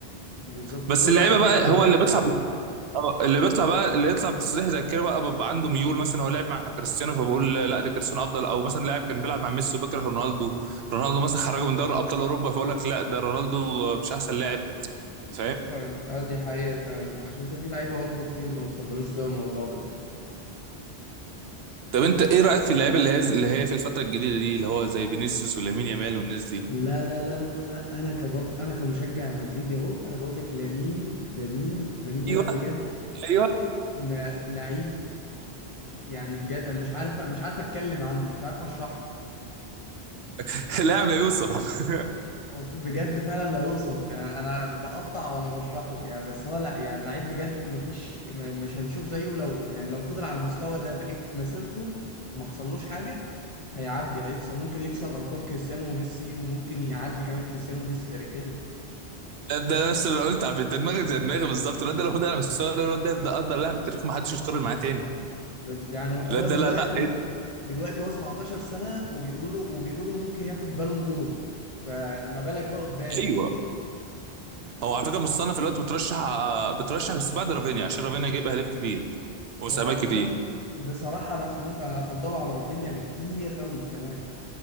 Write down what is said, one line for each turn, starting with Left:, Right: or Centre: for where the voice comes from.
Left: بالظبط
Right: بس
Left: وكل
Right: اللعيبه
Left: واحد
Right: بقى
Left: ليه انجازات
Right: هو اللي بيطلع اه اللي بيطلع بقى اللي يطلع بتصريح زي كده بقى بيبقى عنده ميول مثلا هو لعب مع كريستيانو فبقول لا ده كريستيانو افضل او مثلا لاعب كان بيلعب مع ميسي وبكره رونالدو رونالدو مثلا خرجه من دوري ابطال اوروبا فيقول لك لا ده رونالدو مش احسن لاعب فاهم
Left: فعلا اه دي حقيقة فعلا فعشان كده في لعيبة برضه كتير ما بتفضلوش سوا الموضوع ده
Right: طب انت ايه رايك في اللعيبه اللي هي اللي هي في الفتره الجديده دي اللي هو زي فينيسيوس ولامين يامال والناس دي
Left: لا لا لا لا لا انا كبرضه انا كمشجع مدريدي اهو انا بقول لك لامين لامين لامين يامال
Right: ايوه
Left: بجد
Right: ايوه
Left: ما لعيب يعني بجد أنا مش عارف مش عارف اتكلم عنه مش عارف اشرحه
Right: <laughs> لاعب لا يوصف
Left: هو بجد فعلا لا يوصف يعني انا بقطع وانا بشرحه يعني بس هو لا يعني لعيب بجد مفيش م- مش هنشوف زيه لو يعني لو فضل على المستوى ده بقيت مسيرته وما حصلوش حاجه هيعدي هيكسر ممكن يكسر ارقام كريستيانو وميسي وممكن يعدي كمان كريستيانو وميسي تاريخيا
Right: <laughs> ده ده نفس اللي أنا قلت عارف انت دماغك زي دماغي بالظبط الواد ده لو فضل على مستوى الواد ده يبقى افضل لاعب في التاريخ ما حدش يتقارن معاه تاني
Left: بس يعني هو- ده
Right: لا
Left: هو
Right: ده
Left: دلوقتي
Right: لا لا إيه ده؟
Left: دلوقتي هو 17 سنه وبيقولوا له وبيقولوا ممكن ياخد بالون دور فما بالك بقى قدام
Right: ايوه هو على فكره مصنف الوقت بترشح آه، بترشح بس بعد رافينيا عشان رافينيا جايب اهداف كتير وساهمات
Left: هو لا
Right: كتير
Left: بصراحه انا ممكن افضله على رافينيا بكتير قوي كمان